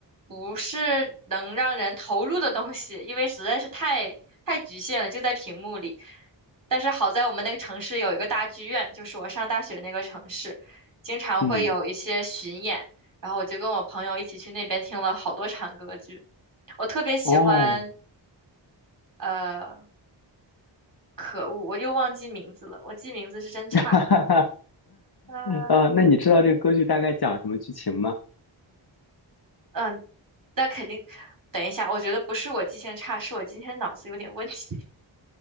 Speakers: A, on the right (about 45°); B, on the left (about 50°).
A: 不是能让人投入的东西，因为实在是太太局限了，就在屏幕里。但是好在我们那个城市有一个大剧院，就是我上大学那个城市，经常会有一些巡演。
B: 嗯，
A: 然后我就跟我朋友一起去那边听了好多场歌剧。我特别喜欢，
B: 哦，
A: 呃，可恶，我又忘记名字了，我记名字是真差呀、
B: <laughs> 哈哈哈，
A: 那，
B: 呃，那你知道这个歌剧大概讲什么剧情吗
A: 嗯，那肯定，等一下，我觉得不是我记性差，是我今天脑子有点问题。